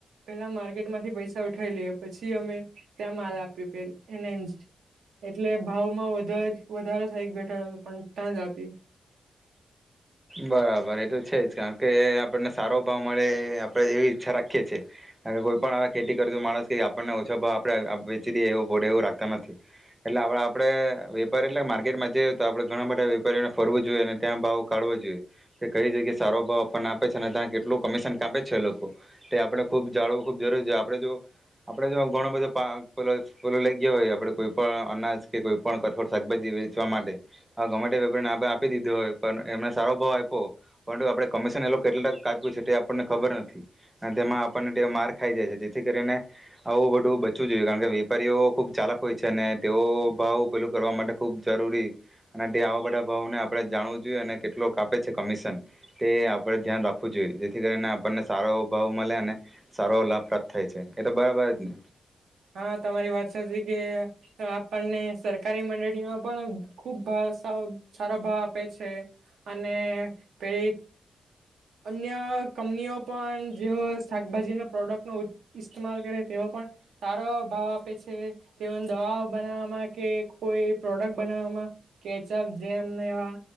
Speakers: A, on the right; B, on the right.
A: પેલા માર્કેટમાંથી પૈસા ઉઠાઈ લઈએ, પછી અમે ત્યાં માલ આપ્યો પ એને જ. એટલે ભાવમાં વધ વધારો થાય એક ઘટાડો પણ તાજ આપિએ.
B: બરાબર એ તો છે જ કારણ કે આપણને સારો ભાવ મળે આપડે એવી ઈચ્છા રાખીએ છીએ, કારણ કે કોઈ પણ આવા ખેતી કરતો માણસ કે આપણને ઓછો ભાવ આપડે વેચી દએ એવું પડે એવું રાખતા નથી, એટલે આપ આપડે વેપારી એટલે માર્કેટમાં જ તો આપણે ઘણા બધા વેપારીઓને ફરવું જોઈએ અને ત્યાં ભાવ કાઢવો જોઈએ, કે કઈ જગ્યાએ સારો ભાવ આપણને આપે છે અનેને ત્યાં કેટલું કમિશન કાપે છે લોકો, એ આપણે ખૂબ જાળવું ખૂબ જરૂરી છે આપડે જો આપડે જો, ઘણો બધોલો લઈ ગયા હોય આપડે કોઈ પણ અનાજ કે કોઈ પણ કઠોર શાકભાજી વેચવા માટે, આ ગમેટે વેપારીને આપ આપી દીધો હોય. પણ એમને સારો ભાવ આપ્યો. પરંતુ આપડણે કમિશન એ કેટલા કાપ્યું છે તે આપણને ખબર નથી, અને તેમાં આપણને માર્ક ખાઈ જાય છે જેથી કરીને. આવું બધું બચવું જોઈએ કારણ કે વેપારીઓ ખુબ ચાલક હોય છે અને તેઓ ભાવ પેલું કરવા માટે ખુબ જરૂરી, અને તે આવા બધા ભાવોને આપણે જાણવું કેટલો કાપે છે કમિશન, તે આપણે ધ્યાન રાખવું જોઈએ જેથી કરીને આપણને સારો એવો ભાવ મળે અને. સારો લાભ પ્રાપ્ત થાય છે એ તો બરાબર જ ને.
A: હા તમારી વાત સાચી કે, આપણને સરકારી મંડળીમાં પણ ખુબ ભાવ સારો ભાવ આપે છે, અને પેલી અન્ય કંપનીઓ પણ જેઓ શાકભાજી ન પ્રોડક્ટ નો ઇસ્માલ કરે તેઓ પણ સારો ભાવ આપે છે, તેઓ દવા બનાવવામાં કે કોઈ પ્રોડક્ટ બનાવવામાં, કેચઅપ જેમ એવા